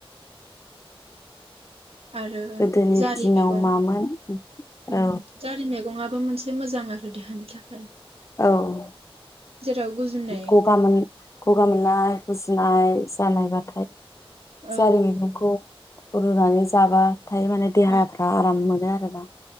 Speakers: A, on the right; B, on the left.
A: आरो
B: गोदोनि
A: जारि
B: दिनाव
A: मेगं
B: मामोन
A: ओम
B: औ
A: जारि मे गङाबो मोनसे मोजां आरो देहानि था
B: औ। ओम
A: जेराव गुजुनाय
B: गगा मोन गगा मोननाय गुजुनाय जानायबाथाय
A: औ
B: जारि मैगंखौ रुनानै जाबा थाय माने देहाफ्रा
A: औ
B: आराम मोनो आ मोना